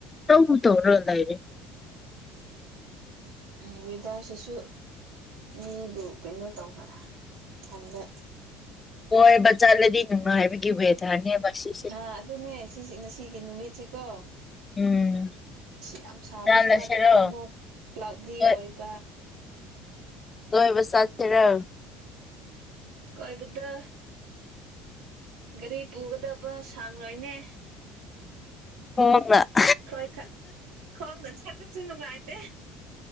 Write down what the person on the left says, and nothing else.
ꯇꯧꯕꯨ ꯇꯧꯔ ꯂꯩꯔꯦ
ꯀꯣꯏꯕ ꯆꯠꯂꯗꯤ ꯅꯨꯡꯉꯥꯏꯕꯒꯤ ꯋꯦꯗꯔꯅꯦꯕꯥ ꯁꯤꯁꯦ
ꯎꯝ
ꯆꯠꯂꯁꯤꯔꯣ
ꯍꯣꯏ
ꯀꯣꯏꯕ ꯆꯠꯀꯦꯔꯣ
<unintelligible>